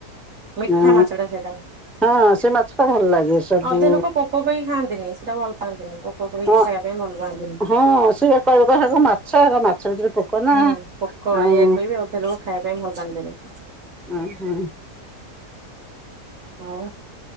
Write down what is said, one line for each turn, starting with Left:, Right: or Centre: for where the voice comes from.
Right: ମିଠା
Centre: ହ
Right: ମାଛ ଟା ସେଇଟା
Centre: ହଁ ସେ ମାଛ ଟା ଭଲ ଲାଗେ ସବୁ।
Right: ଅଧେ ଲୋକ ପୋକ କହି ଖାନ୍ତିନି ସେଟା ଭଲ ପାଆନ୍ତିିନି। ପୋକ କହିକି
Centre: ହଁ
Right: ଖାଇବା। ଭଲ ପାଆନ୍ତିନି।
Centre: ହଁ ସିଏ କହିବ କହିବା ହେରା ମାଛ ମାଛ ଭିତରେ। ପୋକ ନା
Right: ହୁଁ ପୋକ
Centre: ଆଉ
Right: ଏଇଆ କହିବି ଅଧା ଲୋକ ଖାଇବା ପାଇଁ ଭଲପାନ୍ତିନି।
Centre: ଓ ହ।
Right: ହ